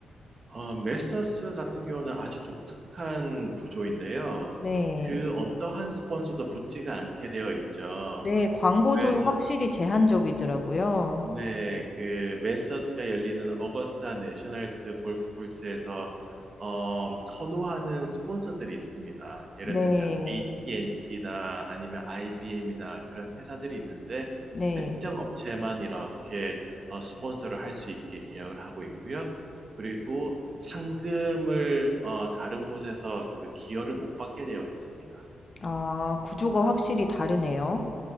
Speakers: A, on the right; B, on the left.
A: 어, 메스터스 같은 경우는 아주 독특한 구조인데요.
B: 네.
A: 그 어떠한 스폰서도 붙지가 않게 되어 있죠.
B: 네, 광고도
A: 그래서
B: 확실히 제한적이더라고요.
A: 네, 그 메스터스가 열리는 어거스타 내셔널스 골프 코스에서 어, 선호하는 스폰서들이 있습니다. 예를
B: 네.
A: 들면 AT&T나 아니면 IBM이나 그런 회사들이 있는데
B: 네.
A: 특정 업체만 이렇게 어, 스폰서를 할 수 있게 계약을 하고 있고요. 그리고 상금을 어, 다른 곳에서 그 기여를 못 받게 되어 있습니다.
B: 아, 구조가 확실히 다르네요.